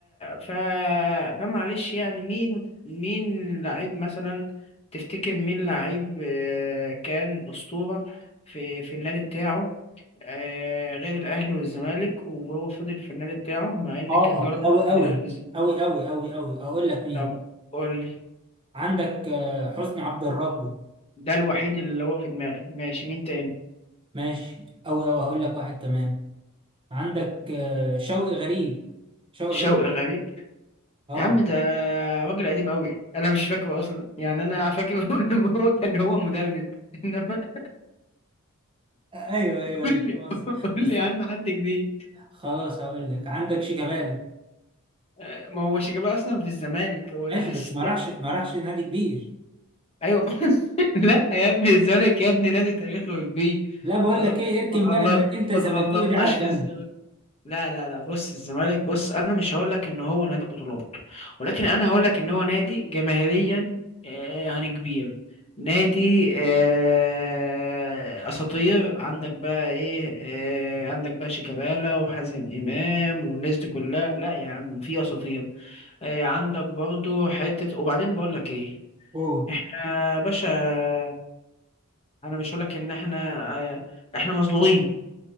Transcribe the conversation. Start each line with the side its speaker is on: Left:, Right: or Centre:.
Left: ف فمعلش يعني مين مين لعيب مثلا تفتكر مين لعيب آه، كان أسطورة في في النادي بتاعه آه، غير الأهلي والزمالك وهو فضل في النادي بتاعه مع إن
Right: اه
Left: كان
Right: اه
Left: جاله عقود
Right: قوي قوي
Left: من الأهلي والزمالك
Right: قوي قوي قوي قوي اقول لك مين
Left: طب قول لي
Right: عندك آه، حسني عبد الرب
Left: ده الوحيد اللي هو في دماغي ماشي مين تاني
Right: ماشي قوي قوي هقول لك واحد كمان عندك آه، شوقي غريب شوقي
Left: شوقي
Right: غريب
Left: غريب
Right: اه
Left: يا عم ده راجل قديم قوي انا مش فاكره اصلا يعني انا فاكر <laughs> لما هو كان هو مدرب انما <laughs>
Right: ايوه ايوه
Left: قول
Right: أيوة،
Left: لي
Right: فاهم قصدك.
Left: قول
Right: بس
Left: لي يا عم حد جديد
Right: خلاص هقول لك عندك شيكابالا
Left: آه، ما هو شيكابالا اصلا في الزمالك هو ده
Right: ماشي
Left: حسيت
Right: بس ما راحش ما راحش نادي كبير
Left: ايوه <laughs> لا يا ابني الزمالك يا ابني نادي تاريخي وكبير
Right: لا بقول
Left: ما
Right: لك
Left: تغل-
Right: ايه اركن
Left: ما تغل-
Right: بقى انك انت زملكاوي
Left: ما تغلطناش
Right: دي على
Left: في
Right: جنب
Left: الزمالك لا لا لا بص الزمالك بص انا مش هقول لك ان هو نادي بطولات ولكن انا هقول لك ان هو نادي جماهيريا آه، يعني كبير نادي آه، اساطير عندك بقى ايه آه، عندك بقى شيكابالا وحازم امام والناس دي كلها لا يا عم في اساطير آه، عندك برضو حتة وبعدين بقول لك ايه
Right: اوه
Left: احنا يا باشا انا مش هقول لك ان احنا آه، احنا مظلومين